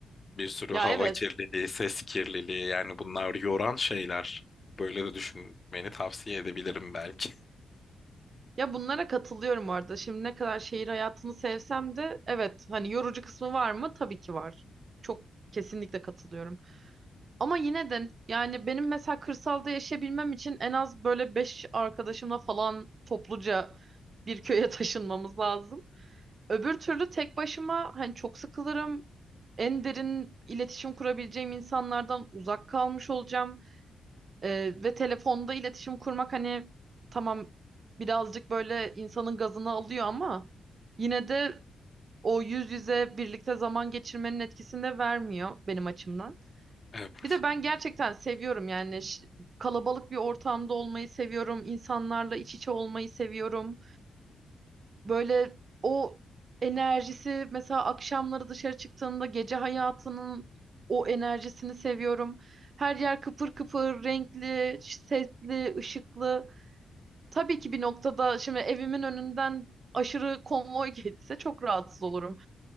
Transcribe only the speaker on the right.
Ya
evet.
Ya bunlara katılıyorum bu arada. Şimdi ne kadar şehir hayatını sevsem de evet hani yorucu kısmı var mı? Tabii ki var. Çok kesinlikle katılıyorum. Ama yine de yani benim mesela kırsalda yaşayabilmem için en az böyle beş arkadaşımla falan topluca bir köye <laughs> taşınmamız lazım. Öbür türlü tek başıma hani çok sıkılırım. En derin iletişim kurabileceğim insanlardan uzak kalmış olacağım. Ee, ve telefonda iletişim kurmak hani tamam birazcık böyle insanın gazını alıyor ama yine de o yüz yüze birlikte zaman geçirmenin etkisini de vermiyor benim açımdan.
Bir de ben gerçekten seviyorum yani ş- kalabalık bir ortamda olmayı seviyorum, insanlarla iç içe olmayı seviyorum. Böyle o enerjisi mesela akşamları dışarı çıktığımda gece hayatının o enerjisini seviyorum. Her yer kıpır kıpır, renkli, sesli, ışıklı. Tabii ki bir noktada şimdi evimin önünden aşırı konvoy <laughs> geçse çok rahatsız olurum.